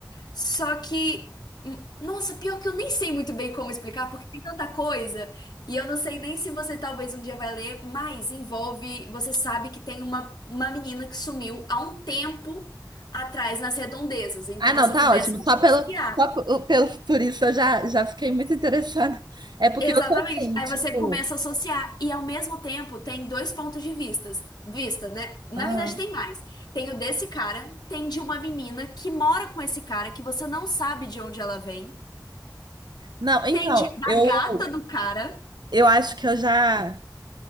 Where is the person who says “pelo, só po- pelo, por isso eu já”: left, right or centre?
Right